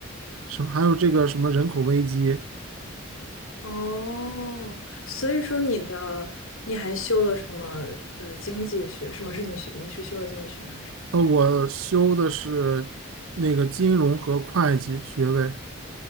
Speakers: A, on the right; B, on the left.
A: 什么还有这个什么人口危机。
B: 哦，所以说你的你还修了什么呃经济学？什么是你学？你是修了经济学吗？还是什么？
A: 呃，我修的是那个金融和会计学位。